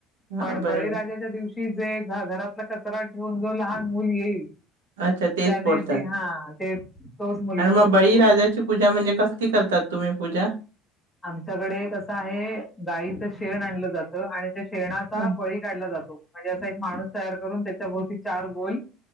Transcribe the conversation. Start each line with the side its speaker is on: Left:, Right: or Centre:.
Right: हां
Left: पण
Right: बरोबर
Left: बळीराजाच्या दिवशी. ती जे घरातला कचरा ठेवून जो लहान मूल येईल.
Right: अच्छा तेच
Left: त्याने
Right: फोडतात
Left: ते हा ते तोच मुलगा
Right: आणि मग
Left: फक्त
Right: बळीराजाची
Left: पोडतो.
Right: पूजा म्हणजे कसली करतात तुम्ही पूजा.
Left: आमच्याकडे कसं आहे गाईचं शेण आणलं जातं आणि त्या शेणाचा
Right: हां
Left: बळी. काढला जातो म्हणजे अस एक माणूस तयार करून त्याच्या भोवती चार गोल